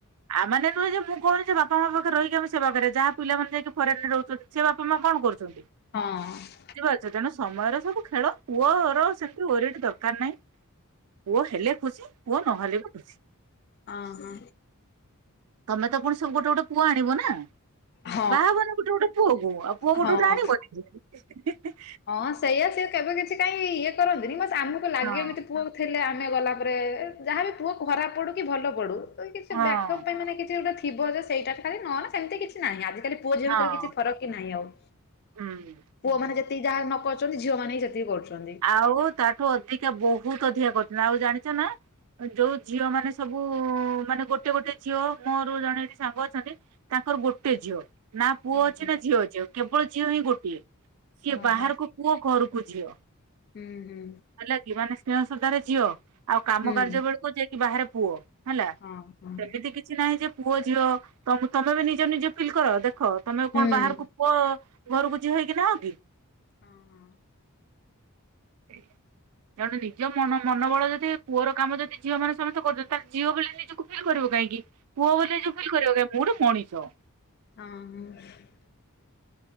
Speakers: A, on the right; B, on the left.
A: ଆ ମାନେ ନୁହଁ ଯେ ମୁଁ କୋହୁନି ଯେ ବାପା ମା ପାଖରେ ରହିକି ଆମ ସେବା କରିବା ଯାହା ପିଲାମାନେ ଯାଇକି ଫରେନ୍ ରେ ରୋହୁଚନ୍ତି। ସେ ବାପା ମା କଣ କରୁଚନ୍ତି।
B: ହଁ।
A: ବୁଝି ପାରୁଚ ତେଣୁ ସମୟର ସବୁ ଖେଳ ପୁଅର ସେମିତି ୱେରିଡ ଦରକାର ନାହିଁ। ପୁଅ ହେଲେ ଖୁସି ପୁଅ ନହେଲେ ବି ଖୁସି।
B: ଅହଁ।
A: ତମେ ତ ପୁଣି ସବୁ ଗୋଟେ ଗୋଟେ ପୁଅ ଆଣିବ ନା।
B: ହଁ
A: ବାହା ହବନି ଗୁଟେ ଗୁଟେ ପୁଅ କୁ ଆଉ ପୁଅ ଗୋଟେ
B: ହଁ ହଁ
A: ଗୋଟେ ଆଣିବନି କି।
B: ହଁ ସେଇଆ ସିଏ କେବେ କିଛି କାଇଁ ଇଏ କରନ୍ତିନି ବସ୍ ଆମୁକୁ ଲାଗେ
A: ହଁ
B: ଏମିତି ପୁଅ ଥିଲେ ଆମେ ଗଲାପରେ ଯାହା ବି ପୁଅ ଖରାପ ପଡୁ କି ଭଲ ପଡୁ। ଯଦି କିଛି
A: ହଁ
B: ବ୍ୟାକଅପ୍ ପାଇଁ ମାନେ କିଛି ଗୋଟେ ଥିବ ଯେ ସେଇଡ଼ା ସେ ଖାଲି ନହେନେ ସେମିତି କିଛି ନାହିଁ ଆଜିିକାଲି ପୁଅ ଝିଅ
A: ହଁ
B: ଭିତରେ କିଛି ଫରକ୍ କି ନାହିଁ ଆଉ।
A: ହୁଁ।
B: ପୁଅମାନେ ଯେତିକି ଯାହା ନ କରୁଚନ୍ତି ଝିଅମାନେ ହିଁ ସେତିକି କରୁଛନ୍ତି।
A: ଆଉ ତାଠୁ ଅଧିକା ବୋହୁତ ଅଧିକା କରୁଚ ଆଉ ଜାଣିଚ ନା ଅଁ ଯୋଉ ଝିଅ ମାନେ ସବୁ ମାନେ ଗୋଟେ ଗୋଟେ ଝିଅ ମୋରୋ ବି ଜଣେ ଏଠି ସାଙ୍ଗ ଅଛନ୍ତି। ତାଙ୍କର ଗୋଟେ ଝିଅ। ନା ପୁଅ
B: ହୁଁ
A: ଅଛି
B: ହୁଁ
A: ନା ଝିଅ ଅଛି ଆଉ କେବଳ ଝିଅ ହିଁ ଗୋଟିଏ ସିଏ
B: ଓହୋ
A: ବାହାରକୁ ପୁଅ ଘରୁକୁ ଝିଅ।
B: ହୁଁ ହୁଁ।
A: ହେଲା କି ମାନେ ସ୍ନେହ ସଦ୍ଧାରେ ଝିଅ ଆଉ କାମ
B: ହୁଁ
A: କାର୍ଯ୍ୟ ବେଳୁକୁ ଯାଇକି ବାହାରେ ପୁଅ। ହେଲା
B: ହଁ ହଁ
A: ସେମିତି କିଛି ନାହିଁ ଯେ ପୁଅ ଝିଅ ତମ ତମେ ବି ନିଜ ନିଜେ ଫିଲ୍ କର ଦେଖ। ତମେ ଆଉ
B: ହୁଁ
A: କଣ ବାହାରୁକୁ
B: ହୁଁ
A: ପୁଅ ଘରୁକୁ ଝିଅ ହେଇକି ନାହ କି।
B: ହଁ ହଁ।
A: <unintelligible> ତେଣୁ ନିଜ ମନ ମନୋବଳ ଯଦି ପୁଅର କାମ ଯଦି ଝିଅ ମାନେ ସମସ୍ତେ କରୁଚନ୍ତି ତାହାଲେ ଝିଅ ବୋଲି ନିଜକୁ ଫିଲ୍ କରିବ କାହିଁକି ପୁଅ ବୋଲି ନିଜକୁ ଫିଲ୍ କରିବ କହିଁ ମୁଁ ଗୋଟେ ମଣିଷ।
B: ଅଁହଁ।